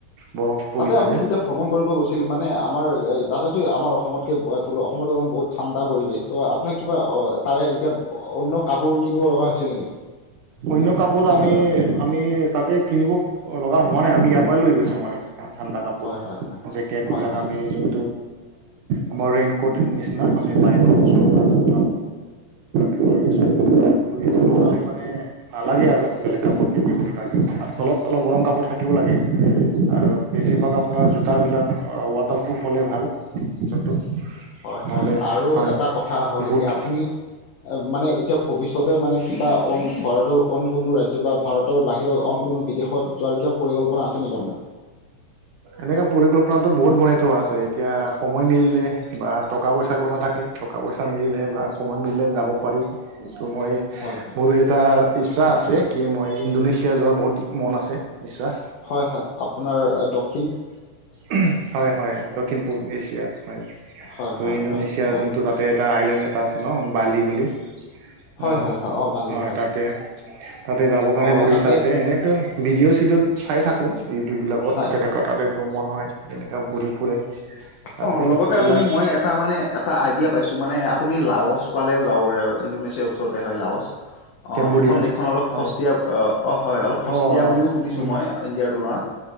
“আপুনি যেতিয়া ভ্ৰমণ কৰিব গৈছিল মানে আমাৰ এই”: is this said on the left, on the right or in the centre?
Left